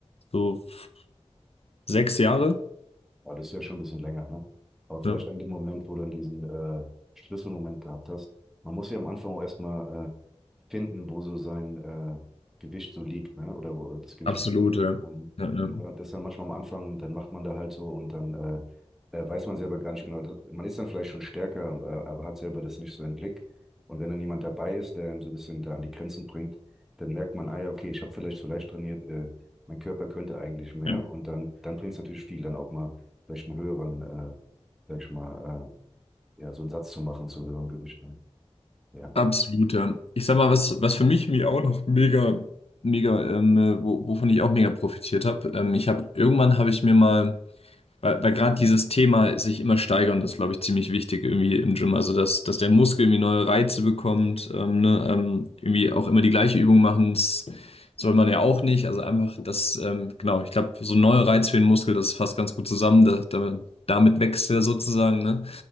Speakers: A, on the left (about 65°); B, in the centre.
A: so f- sechs Jahre.
B: Aber das ist ja schon ein bisschen länger, ne? Aber vielleicht
A: Ja,
B: an dem Moment, wo du dann diesen äh, Schlüsselmoment gehabt hast, man muss ja am Anfang auch erstmal finden, wo so sein äh, Gewicht so liegt, ne? Oder wo äh, das Gewicht
A: absolut,
B: auf gut liegt.
A: ja.
B: Und,
A: Ja, ja.
B: und war- das ist dann manchmal am Anfang, dann macht man da halt so und dann äh, äh, weiß man selber gar nicht so genau. Das- Man ist dann vielleicht schon stärker, äh, aber hat selber das nicht so im Blick. Und wenn dann jemand dabei ist, der einem so ein bisschen da an die Grenzen bringt, dann merkt man, ah ja, okay, ich habe vielleicht zu leicht trainiert, äh, mein Körper könnte eigentlich mehr.
A: Ja.
B: Und dann, dann bringt es natürlich viel, dann auch mal vielleicht einen höheren, äh, sag ich mal, äh, ja, so einen Satz zu machen zu höherem Gewicht. Ne? Ja.
A: Absolut, ja. Ich sag mal, was, was für mich mir auch noch mega, mega, ähm, äh, wo, wovon ich auch mega profitiert habe. Ähm, ich habe irgendwann habe ich mir mal Weil, weil gerade dieses Thema sich immer steigern ist, glaube ich, ziemlich wichtig irgendwie im Gym. Also, dass, dass der Muskel irgendwie neue Reize bekommt, ähm, ne, ähm, irgendwie auch immer die gleiche Übung machen, das soll man ja auch nicht. Also einfach das, ähm, genau, ich glaube, so ein neuer Reiz für den Muskel, das fasst ganz gut zusammen. Da, da, damit wächst er sozusagen, ne?